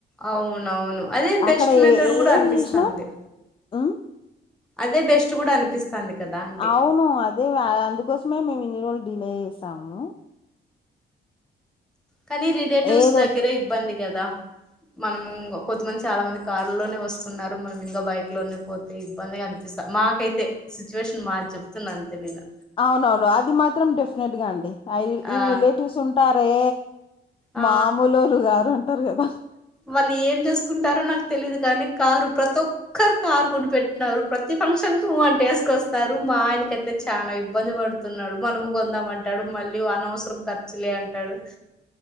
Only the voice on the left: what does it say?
అక్కడ
ఏ
ఏది
చేసినా ఉమ్,
అవును అదే అందుకోసమే మేము ఇన్ని రోజులు డిలే చేసాము
ఏదో
అవునవును అది మాత్రం డెఫినెట్ గా అండి అ ఈ
రిలేటివ్స్ ఉంటారే
మామూలురు గారు అంటారు కదా